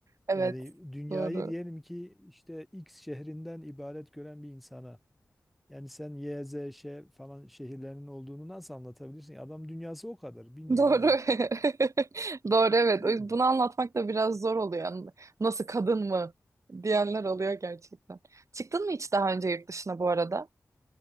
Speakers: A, on the right; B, in the centre.
A: Evet,
B: yani dünyayı
A: doğru.
B: diyelim ki işte X şehrinden ibaret gören bir insana yani sen Y, Z, Ş falan şehirlerinin olduğunu nasıl anlatabilirsin? Adam dünyası o kadar bilmiyor
A: Doğru.
B: yani.
A: <laughs> Doğru evet.
B: Değil
A: O yüzden
B: mi?
A: Bunu anlatmak da biraz zor oluyor. Yani Nasıl kadın mı diyenler oluyor gerçekten. Çıktın mı hiç daha önce yurt dışına bu arada?